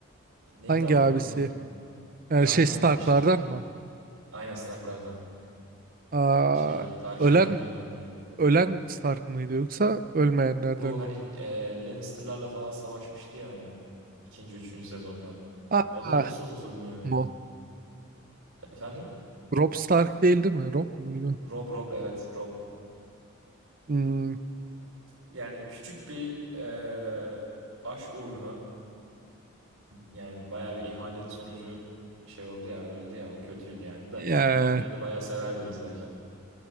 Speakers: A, on the right; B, on the right.
A: Neydi
B: Hangi
A: adını
B: abisi?
A: unuttum.
B: Yani
A: Young
B: şey
A: Wolf
B: Stark'lardan
A: işte.
B: mı?
A: Aynen Stark'lardan.
B: Aa,
A: Şeyden, Targaryen'lardan
B: ölen
A: değil.
B: ölen Stark mıydı yoksa ölmeyenlerden
A: Bu
B: mi?
A: hani e, Lannister'larla falan savaşmıştı ya hani. ikinci, üçüncü sezonda.
B: Aa,
A: Adını nasıl unuturum ya?
B: Mo.
A: Efendim?
B: Robb Stark değil değil mi? Robb muydu?
A: Rob Rob evet Rob.
B: Hmm,
A: Yani küçük bir eee, aşk uğruna yani bayağı bir ihanet sonucu şey oldu ya öldü ya o kötüydü yani de.
B: ya,
A: Yine de bayağı severdim izlerken.